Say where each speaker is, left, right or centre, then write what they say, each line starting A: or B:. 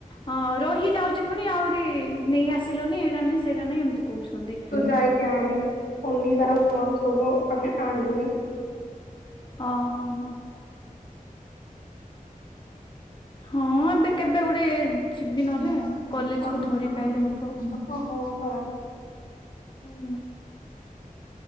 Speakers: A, on the left; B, on the left.
A: ହଁ ରହିଯାଉଛି ପୁଣି ଆହୁରି ନେଇ ଆସିଲନି ଏଇଟା ନାଇଁ ସେଇଟା ନାଇଁ ଏମିତି କହୁଛନ୍ତି।
B: କାଇଁ କେଆଣୀ। ଅନିଶାର ଫର୍ମ ସବୁ ଆମେ ଆଣିଲୁଣି।
A: ଅ ହ ହ। ହଁ ଏବେ କେବେ ଗୋଟେ ଯିବି ନହେଲେ
B: ଇଏ ମାନେ
A: କଲେଜ୍
B: କଲେଜକୁ
A: କୁ ଧରି ପାଇଲେ ହବ।
B: ଓହୋ କର।
A: ହୁଁ ହୁଁ।